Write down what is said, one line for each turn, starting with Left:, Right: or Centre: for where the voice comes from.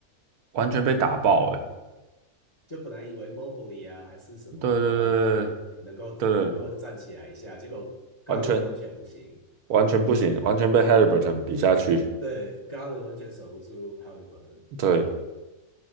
Right: 完全被打爆诶。
Left: 就本来以为 Mobley 啊还是什么
Right: 对对对
Left: Garland 会能够能够站起来一下，
Right: 对对，
Left: 结果 Garland
Right: 完全
Left: 完全不行。
Right: 完全不行，完全被 Haliburton 比下去。
Left: 对，Garland 完全守不住 Halliburton，
Right: 对，